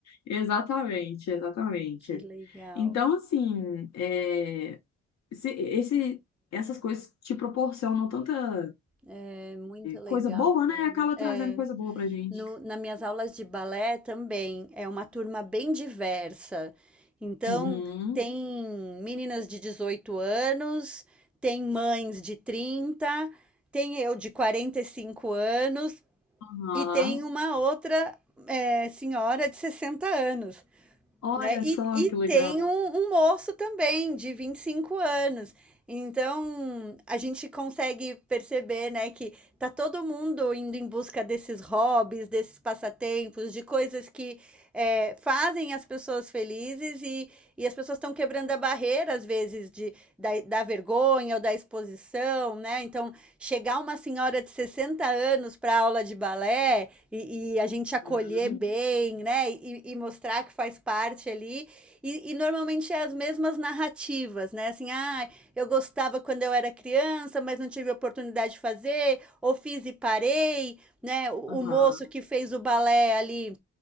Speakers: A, on the left (about 60°); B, in the centre.
A: exatamente, exatamente.
B: Que legal.
A: Então, assim, é, se- esse, essas coisas te proporcionam tanta
B: É muito legal
A: coisa boa,
B: mesmo.
A: né? Acaba
B: É,
A: trazendo coisa boa pra gente.
B: no na minhas aulas de balé também, é uma turma bem diversa. Então,
A: Uhum.
B: Uhum. tem meninas de 18 anos, tem mães de trinta tem eu de 45 anos,
A: Aham.
B: E tem uma outra é, senhora de 60 anos,
A: Olha
B: né? E,
A: só
B: e
A: que
B: tem
A: legal.
B: um, um moço também de 25 anos. Então, a gente consegue perceber, né, que tá todo mundo indo em busca desses hobbies, desses passatempos, de coisas que é, fazem as pessoas felizes e, e as pessoas estão quebrando a barreira, às vezes, de, da, da vergonha ou da exposição, né? Então, chegar uma senhora de 60 anos para aula de balé e, e a gente acolher
A: Uhum.
B: bem, né? E, e mostrar que faz parte ali. E, e normalmente é as mesmas narrativas, né? Assim, ah, eu gostava quando eu era criança, mas não tive oportunidade de fazer, ou fiz e parei, né? O,
A: Aham.
B: o moço que fez o balé ali